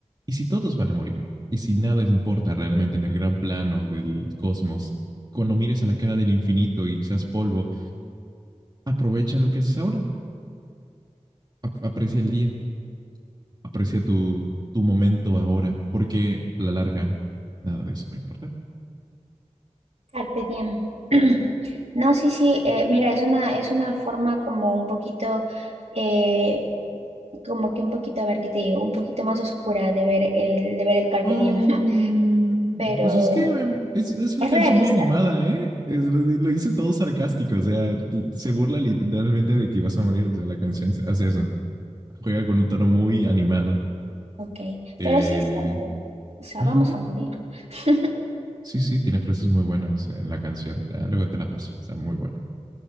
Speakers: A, on the right (about 35°); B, on the right (about 60°).
A: Y si todos van a morir, y si nada importa realmente en el gran plano del cosmos, cuando mires a la cara del infinito y seas polvo, aprovecha lo que haces ahora, aprecia el día, aprecia tu, tu momento ahora, porque a la larga nada de eso va a importar.
B: Carpe diem. <clears throat> No, sí, sí, eh, mira, es una, es una forma como un poquito, eh, como que un poquito, a ver qué te digo, un poquito más oscura de ver el, de ver el carpe
A: Oh,
B: diem, <laughs> pero
A: pues es que em, es, es una
B: es
A: canción
B: realista,
A: muy animada, ¿eh? Es- lo, lo hice todo sarcástico, o sea, se burla literalmente de que vas a morir, o sea, la canción hace eso. Juega con un tono muy animado.
B: ok,
A: Eh,
B: pero sí es cierto, o sea,
A: ujú.
B: vamos a morir. <laughs>
A: Sí, sí, tiene frases muy buenas en la canción. Ya, luego te la paso. Está muy buena.